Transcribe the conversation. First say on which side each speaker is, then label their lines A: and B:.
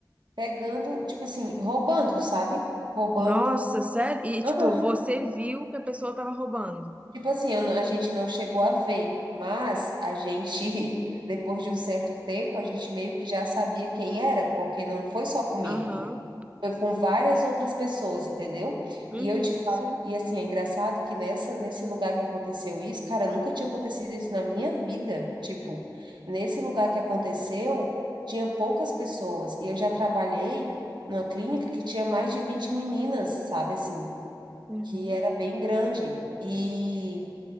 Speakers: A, on the right; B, on the right.
A: pegando, tipo assim, roubando, sabe? Roubando.
B: Nossa, sério? E,
A: <laughs>
B: tipo, você viu que a pessoa tava roubando?
A: Tipo assim, eu não- a gente não chegou a ver, mas a gente, <laughs> depois de um certo tempo, a gente meio que já sabia quem era, porque não foi só comigo,
B: Aham.
A: foi com várias outras pessoas, entendeu?
B: Uhum,
A: E eu te falo,
B: sim.
A: e assim, é engraçado que nessa, nesse lugar que aconteceu isso, cara, nunca tinha acontecido isso na minha vida. Tipo, nesse lugar que aconteceu, tinha poucas pessoas, e eu já trabalhei numa clínica que tinha mais de 20 meninas, sabe assim,
B: Uhum,
A: que era bem grande. E